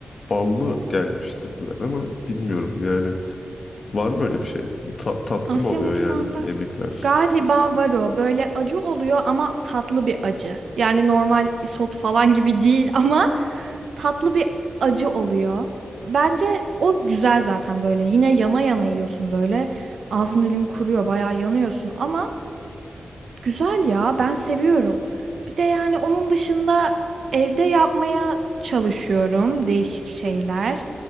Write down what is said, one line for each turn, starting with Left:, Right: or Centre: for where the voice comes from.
Left: Ballı gelmiş dediler ama bilmiyorum yani var mı öyle bir şey? Ta- tatlı
Right: Asya
Left: mı oluyor
Right: mutfağında
Left: yani yemekler?
Right: galiba var o. Böyle acı oluyor ama tatlı bir acı. Yani normal isot falan gibi değil <laughs> ama tatlı bir acı oluyor. Bence o güzel zaten böyle. Yine yana yana yiyorsun böyle. Ağzın dilin kuruyor, bayağı yanıyorsun ama Güzel ya, ben seviyorum. Bir de yani onun dışında evde yapmaya çalışıyorum değişik şeyler.